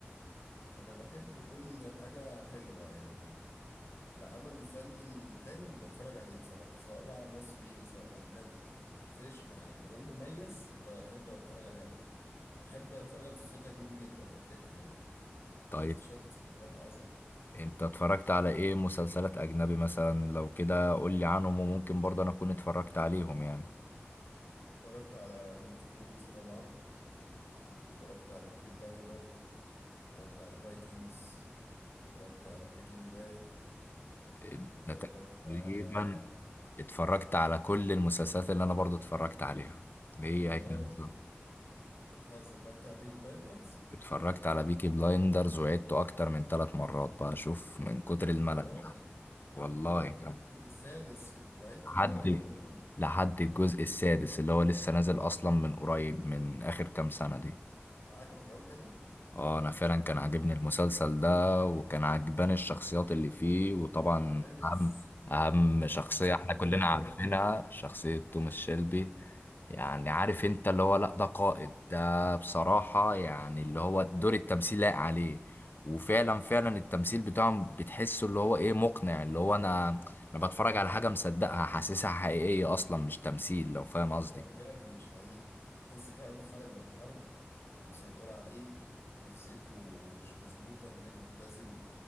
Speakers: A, on the left; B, on the left.
A: انا بحب كل حاجه حلوه يعني العمل الفني الحلو بتفرج عليه بصراحه سواء بقى مصري سواء اجنبي مبيفرقش معايا ما دام مميز بحب اتفرج عليه قوي بحب اتفرج على مسلسلات اجنبي جدا على فكره يعني
B: طيب
A: شفت شويه مسلسلات عظمه
B: انت اتفرجت على ايه مسلسلات اجنبي مثلا لو كده قول لي عنهم وممكن برضه انا اكون اتفرجت عليهم يعني
A: اتفرجت على جيم اوف ثرونز طبعا اتفرجت على بيكي بلايندر اتفرجت على فايكنجز اتفرجت على بريكنج باد
B: انت
A: اتفرجت
B: تقريبا
A: على
B: اتفرجت على كل المسلسلات اللي انا برضو اتفرجت عليها هي
A: يا
B: هي
A: راجل
B: بالظبط
A: بتهزر اتفرجت على بيكي بلايندرز
B: اتفرجت على بيكي بلايندرز وعدته اكتر من ثلاث مرات بقى اشوف من كتر الملل
A: يا راجل
B: والله
A: اتفرجت
B: كان
A: لحد السادس و- وعدته
B: لحد
A: من الاول والله
B: لحد الجزء السادس اللي هو لسه نازل اصلا من قريب من اخر كام سنة دي
A: عجبك قوي كده
B: اه انا فعلا كان عاجبني المسلسل ده وكان عاجباني الشخصيات اللي فيه وطبعا
A: برنس
B: اهم اهم شخصية
A: شخصية
B: احنا
A: توماس
B: كلنا عارفينها
A: فعلا
B: شخصية توماس شيلبي يعني عارف انت اللي هو لا ده قائد ده بصراحة يعني اللي هو دور التمثيل لايق عليه وفعلا فعلا التمثيل بتاعهم بتحسه اللي هو ايه مقنع اللي هو انا انا بتفرج على حاجة مصدقها حاسسها حقيقية اصلا مش تمثيل لو فاهم قصدي
A: ده بجد مش حقيقي تحس فعلا انت خارج من حرب ومسيطرة عليه ونفسيته مش مظبوطة غير متزن